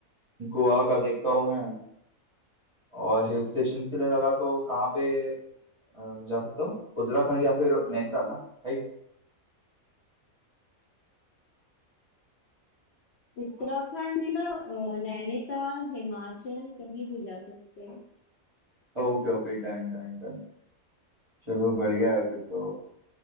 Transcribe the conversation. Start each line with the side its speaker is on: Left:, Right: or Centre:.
Right: गोवा का देखता हूँ मैं और हिल स्टेशन के लिए लगा तो कहाँ पे अ, जा सकता हूँ उत्तराखंड या फिर नैनीताल ना Right
Left: उत्तराखंड अ, नैनीताल हिमाचल कहीं भी जा सकते हो
Right: Okay okay done done done चलो बढ़िया है फिर तो